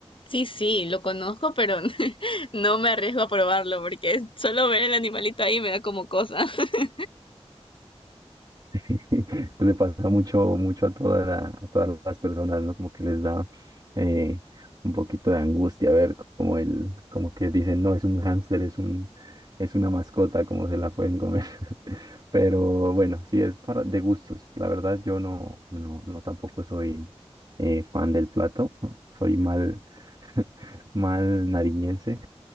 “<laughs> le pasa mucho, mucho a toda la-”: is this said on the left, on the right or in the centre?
Right